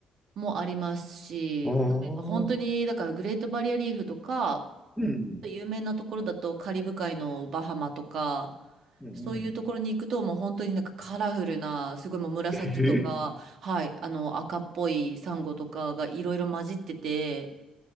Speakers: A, on the right; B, in the centre.
A: もありますし、
B: あ。
A: 例えば本当に、だからグレートバリアリーフとか、
B: うん。
A: 有名なところだとカリブ海のバハマとか、
B: うん。
A: そういうところに行くともう本当になんかカラフルな、すごいもう紫とか、
B: へえ。
A: はい、あの赤っぽいサンゴとかがいろいろ混じってて、